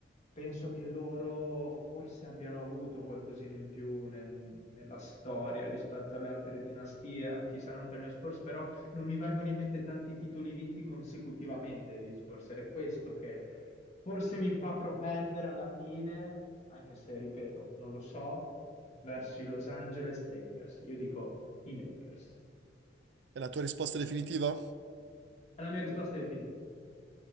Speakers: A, on the left; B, on the right.
A: Penso che loro forse abbiano avuto qualcosina in più nel- nella storia rispetto alle altre dinastie, anche i San Antonio Spurs, però non mi vengono in mente tanti titoli vinti consecutivamente degli Spurs, ed è questo che forse mi fa propendere alla fine, anche se, ripeto, non lo so, verso i Los Angeles Lakers. Io dico i Lakers.
B: È la tua risposta definitiva?
A: È la mia risposta definitiva.